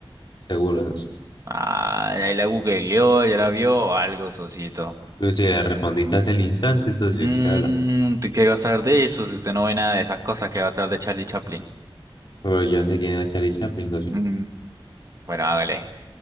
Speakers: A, on the left; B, on the right.
A: Seguro, socio.
B: Ah, ahí la googleó, ya la vio, algo, socito.
A: Yo sí le respondí casi al instante, socio.
B: Mmm,
A: ¿Qué habla?
B: ¿qué va a saber de eso si usted no ve nada de esas cosas que va a saber de Charlie Chaplin?
A: Pero yo sé quién era Charlie Chaplin, socio.
B: Mm, bueno, hágale.